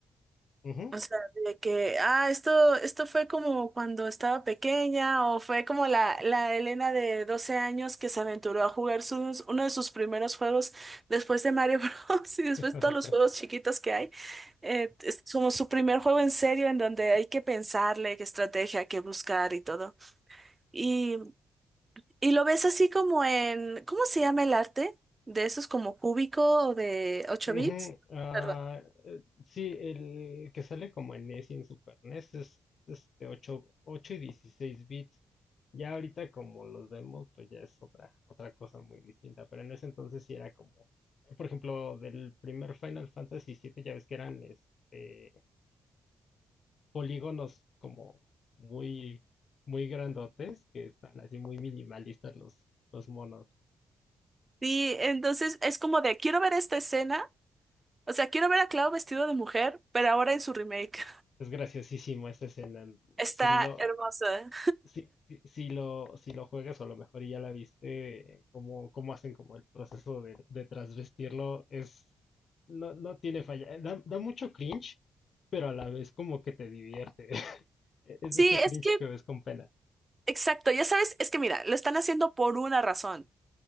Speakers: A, on the left (about 60°); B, on the right (about 30°).
A: Ujú.
B: O sea, de que, ah, esto, esto fue como cuando estaba pequeña, o fue como la, la Elena de 12 años que se aventuró a jugar sus, uno de sus primeros juegos después de Mario <laughs> Bros. y después
A: <laughs>
B: de todos los juegos chiquitos que hay. Eh, es como su primer juego en serio en donde hay que pensarle qué estrategia, qué buscar y todo. Y, y lo ves así como en, ¿cómo se llama el arte? De esos como cúbico o de 8
A: Ujú,
B: bits.
A: ah,
B: Perdón.
A: eh, sí, el que sale como en NES y en Super NES es este ocho ocho y 16 bits. Ya ahorita como los vemos, pues ya es otra, otra cosa muy distinta. Pero en ese entonces sí era como, eh, por ejemplo, del primer Final Fantasy siete ya ves que eran este polígonos como muy, muy grandotes, que están así muy minimalistas los, los monos.
B: Sí, entonces es como de, quiero ver esta escena O sea, quiero ver a Cloud vestido de mujer, pero ahora en su remake.
A: Es graciosísimo esa escena.
B: <laughs> Está
A: Si lo,
B: hermosa.
A: Si, si, si lo, si lo juegas o a lo mejor ya la viste, eh, cómo, cómo hacen como el proceso de, de transvestirlo, es, no, no tiene falla. Eh, Da, da mucho cringe, pero a la vez como que te divierte. <laughs> E- Es
B: Sí,
A: de ese cringe
B: es que,
A: que ves con pena.
B: exacto, ya sabes, es que mira, lo están haciendo por una razón.